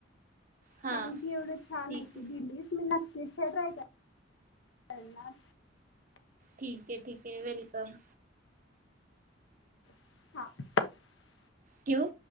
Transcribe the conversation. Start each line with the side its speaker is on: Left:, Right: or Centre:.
Right: हा
Left: थँक्यू! एवढं छान
Right: ठीक
Left: महिती
Right: आहे
Left: दिलीस मी नक्क तिथे ट्राय कर करणार
Right: ठिक आहे ठिक आहे वेलकम.
Left: हां!
Right: ठेऊ?